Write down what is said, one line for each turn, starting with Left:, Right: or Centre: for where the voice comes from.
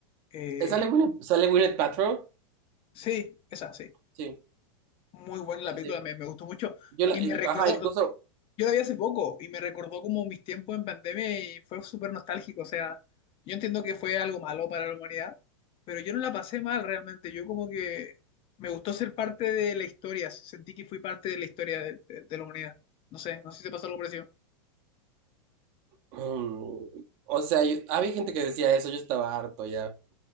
Left: Eh,
Right: Eh, ¿Sale Gwyneth, sale Gwyneth Paltrow?
Left: Sí, esa, sí.
Right: Sí,
Left: Muy buena la
Right: sí,
Left: película,
Right: sí.
Left: me, me gustó mucho.
Right: Yo la,
Left: Y
Right: eh,
Left: me recordó,
Right: ajá, incluso,
Left: yo la vi hace poco y me recordó como mis tiempos en pandemia y fue súper nostálgico. O sea, yo entiendo que fue algo malo para la humanidad, pero yo no la pasé mal realmente. Yo como que me gustó ser parte de la historia, sentí que fui parte de la historia de, de- de la humanidad. No sé, no sé si te pasó algo parecido.
Right: mm, o sea, yo- había gente que decía eso, yo estaba harto ya.